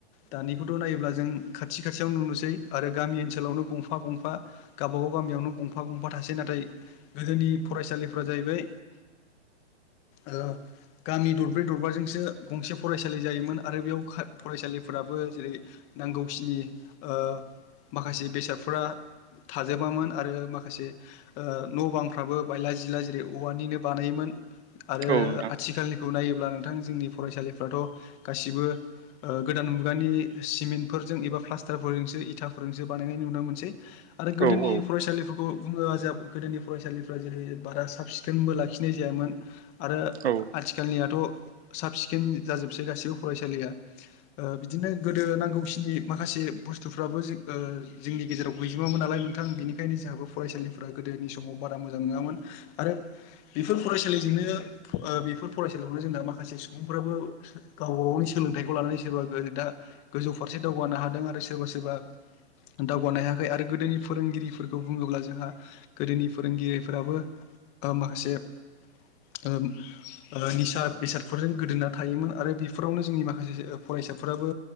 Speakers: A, on the left (about 20°); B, on the right (about 70°).
A: दानिखौथ' नायोब्ला जों खाथि खाथियाव नुनोसै आरो गामि ओनसोलावनो गंफा गंफा गावबा गाव गामियावनो गंफा गंफा थासै नाथाय गोदोनि फरायसालिफोरा जाहैबाय औ गामि दरब्रै दरबाजोंसो गंसे फरायसालि जायोमोन आरो बेयाव फरायसालिफोराबो जेरै नांगौखिनि ओ माखासे बेसादफोरा थाजोब बामोन आरो माखासे न' बांफ्राबो बायला जिला जेरै औवानिनो बानायोमोन। आरो
B: औ नोंथां
A: आथिखालनिखौ नायोब्ला नोंथां जोंनि फरायसालिफ्राथ' गासिबो गोदान मुगानि सिमेन्टफोरजों एबा प्लास्टारफोरजोंसो इथाफोरजोंसो बानायनायनि नुनो मोनसै। आरो गोदोनि
B: औ औ
A: फरायसालिफोर बुं बुङो जा गोदोनि फरायसालिफ्रा जेरै बारा साब सिखोनबो लाखिनाय जायामोन। आरो
B: औ
A: आथिखालनियाथ' साब सिखोन जाजोबसै गासिबो फरायसालिया ओ बिदिनो गोदो नांगौखिनि माखासे से बुस्थुफ्राबो ओ जोंनि गेजेराव गैजोमामोन नालाय। थां बेनिखायनो जोंहाबो फरायसालिफ गोदोनि समाव बारा मोजां नङामोन आरो बेफोर फरायसालि बेनो बेफोर फरायसालियावनो जोंना माखासे सुबुंफोराबो गावबा गावनि सोलोंथाइखौ लानानै सोरबा दा गोजौ फारसे दावगानो हादों आरो सोरबा सोरबा दावगानो हायाखै आरो गोदोनि फोरोंगिरिफोरखौ बुंङोब्ला जोंहा गोदोनि फोरोंगिरिफोराबो ओ माखासे ओ ओ निसा बेसादफोरजों गोदोना थायोमोन आरो बेफोरावनो जोंनि माखासे फरायसाफोराबो